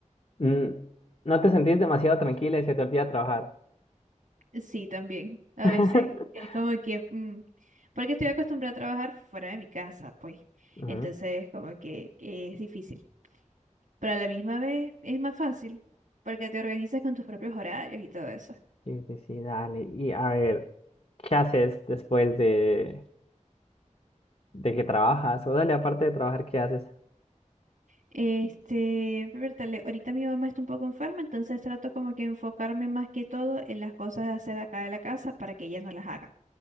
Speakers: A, on the left; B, on the right.
A: Mm, no te sentís demasiado tranquila y se te olvida trabajar.
B: sí, también, a
A: <laughs>
B: veces. Es como que, mm, porque estoy acostumbrada a trabajar fuera de mi casa, pues.
A: Ujú.
B: Entonces, como que es difícil. Pero a la misma vez es más fácil, porque te organizas con tus propios horarios y todo eso.
A: Sí, sí, sí, dale. Y a ver, ¿qué haces después de, de que trabajas? O dale, aparte de trabajar, ¿qué haces?
B: Este, Bertale, ahorita mi mamá está un poco enferma, entonces trato como que enfocarme más que todo en las cosas de hacer acá de la casa para que ella no las haga.